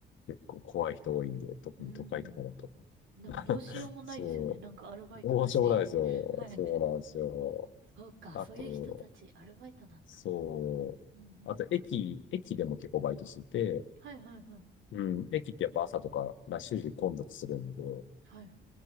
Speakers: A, on the left; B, on the right.
A: 結構怖い人多いんで、特に都会とかだと。
B: うん。でもどうしようもないですよね。
A: <laughs> そう。
B: なんかアルバイトだし。
A: どうしようもないですよ。
B: <laughs> はい。
A: そうなんですよ。
B: そうか。
A: あと、
B: そういう人たち、アルバイトなんだ。
A: そう。
B: うんうん。
A: あと、駅、駅でも結構バイトしてて、
B: はいはいはい。
A: うん、駅ってやっぱ朝とかラッシュ時混雑するんで、
B: はい。